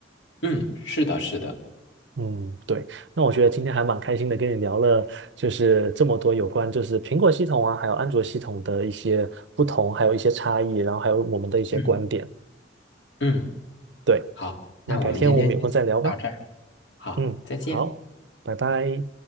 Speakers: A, on the left; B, on the right.
A: 嗯，是的，是的。
B: 嗯，对。那我觉得今天还蛮开心的，跟你聊了就是这么多有关就是苹果系统啊，还有安卓系统的一些不同，还有一些差异，然后还有我们的一些观点。
A: 嗯嗯，
B: 对，
A: 好，那我们今天就到这儿。
B: 那改天我们有空再聊吧。
A: 好，
B: 嗯，
A: 再见。
B: 好，拜拜。